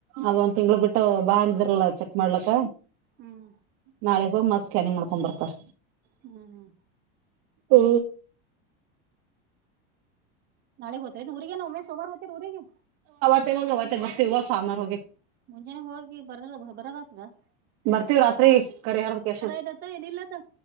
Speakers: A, on the right; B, on the right.
A: ಅದ ಒಂದ್ ತಿಂಗ್ಳ ಬಿಟ್ಟು ಬಾ ಅಂದರಲ್ಲ ಚ ಮಾಡ್ಲಕ್ಕ
B: ಹ್ಮ್
A: ನಾಳೆಗ್ ಹೋಗಿ ಮತ್ ಸ್ಕ್ಯಾನಿಂಗ್ ಮಾಡ್ಕೊಂಡ್ ಬರ್ತಾರ
B: ಹ್ಮ್ ಹ್ಮ್
A: ಓ
B: ನಾಳೆಗ್ ಹೋತ್ರಿ ಊರಿಗೆ ನ ಒಮ್ಮೆ ಸೋಮಾರು ಹ್ ಊರಿಗೆ
A: ಮ ಮವತ್ತೆ ಮತ್ತೆ ಇವ ಸಾಮಾರ್ ಹೋಗಗೆ
B: ಮುಂಜಾನೆ ಹೋಗಿ ಬರಲ್ಲ ಬರದ ಆತ್ಲ
A: ಬರ್ತೀವ ರಾತ್ರಿ ಕರಿ ಹಾರದ ಕೆೇಶದ್
B: ಇದತ್ತ ಏನಿಲ್ಲತ್ತ